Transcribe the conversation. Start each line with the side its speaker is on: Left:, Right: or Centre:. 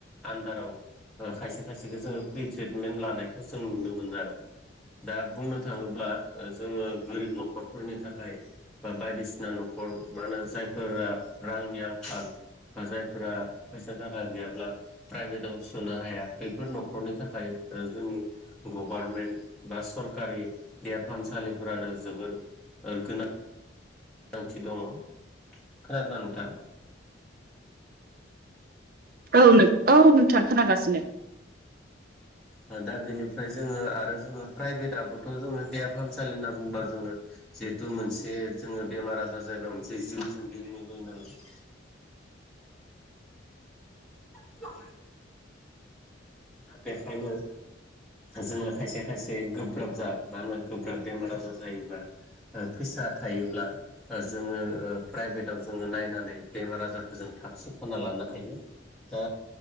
Centre: आन्दाराव खायसे खायसेखौ जोङो फ्रि ट्रिटमेन्ट लानायखौ जों नुनो मोनो आरो। दा बुंनो थाङोब्ला जोङो गोरिब न'खरफोरनि थाखाय बा बायदिसिना न'खर मा होनो जायफोरा रांनि आंखाल बा जायफोरा फैसा थाखा गैयाब्ला प्राइभेटाव सोनो हाया बेफोर नखर थाखाय जोंनि गभारनमेन्ट बा सरकारि देहा फाहामसालिफोरानो जोबोर ओ गोनांथि दङ खोनादों ना नोंथां?
Right: औ नों औ नोंथां खोनागासिनो।
Centre: औ दा बेनिफ्राय जोङो आरो जोङो प्राइभेटा बोथ' जोङो देहा फाहामसालि होनना बुं बा जोङो जिहेथु मोनसे जोङो बेमार आजार जायोबा मोनसे जिउ जों गेलेनो जायो नालाय <inaudible> <inaudible> बेखायनो जोङो खायसे खायसे गोब्राब जा बा गोब्राब बेमार आजार जायोबा ओ फैसा थायोब्ला जोङो ओ प्राइभेटाव जोङो नायनानै बेमार आजारखौ जों थाब सोखना लानो हायो। आ